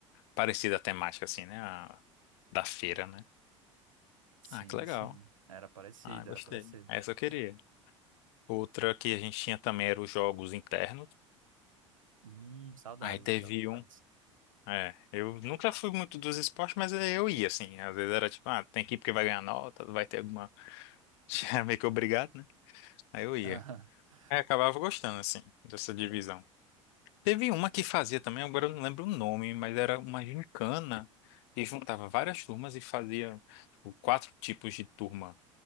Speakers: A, on the left (about 55°); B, on the right (about 80°).
A: parecida temática assim, né? Da feira, né?
B: Sim,
A: Ah, que legal.
B: sim. Era parecido,
A: Ah, gostei.
B: era parecido.
A: Essa eu queria. Outra que a gente tinha também era os jogos internos.
B: Hum, saudades
A: Aí teve
B: desses jogos internos.
A: um. É, eu nunca fui muito dos esportes, mas é, eu ia, assim. Às vezes era tipo, ah, tem que ir porque vai ganhar nota, vai ter alguma. <laughs> Era meio que obrigado, né? Aí eu ia.
B: <laughs>
A: Aí acabava gostando, assim, dessa divisão. Teve uma que fazia também, agora eu não lembro o nome, mas era uma gincana. que juntava várias turmas e fazia, tipo, quatro tipos de turma.